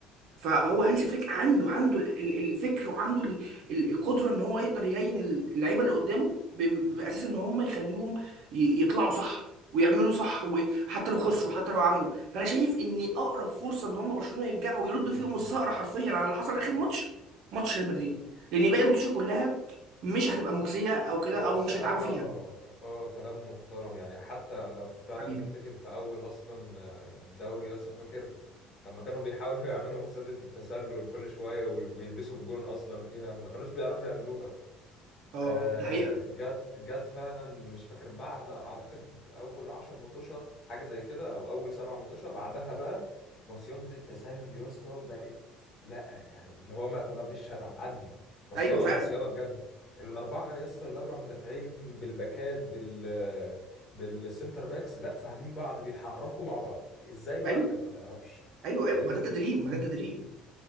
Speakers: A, on the right; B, on the left.
A: فهو هانز فليك عنده عنده ال- ال- الفكر وعنده ال- ال- القدره ان هو يقدر يلين اللعيبه اللي قدامه ب- باساس ان هم يخليهم ي- يطلعوا صح ويعملوا صح وحتى لو خسروا حتى لو عملوا فانا شايف ان اقرب فرصه ان هم برشلونه يرجعوا ويردوا
B: مم.
A: فيهم الثأر
B: مم.
A: حرفيا على اللي حصل اخر ماتش ماتش ريال مدريد لان باقي الماتشات كلها مش هتبقى مجزيه او كده
B: هو
A: او
B: الصراحة
A: مش هيتعبوا فيها
B: اه كلام محترم يعني حتى لو فعلا
A: حبيبي
B: تفتكر في أول أصلا آه، الدوري لسه فاكر لما كانوا بيحاولوا <laughs> يعملوا مصيدة التسلل كل شوية وي- ويلبسوا الجون أصلا فيها ما كانوش بيعرفوا يعملوها
A: اه
B: آه،
A: ده حقيقه
B: جت جت فعلا مش فاكر بعد اعتقد اول عشر مطوشه حاجه زي كده او اول سبع مطوشه بعدها بقى مصيده التسلل يا اسطى بقت لا يعني اللي هو ما ما- مش هتعدي مصيده
A: ايوه فعلا
B: مصيده بجد الاربعه يا اسطى الاربع مدافعين بالباكات بال بالسنتر باكس لا فاهمين بعض بيتحركوا مع بعض ازاي بقى
A: ايوه
B: ما تعرفش
A: ايوه
B: فاهم
A: ايوه ما ده تدريب ما ده تدريب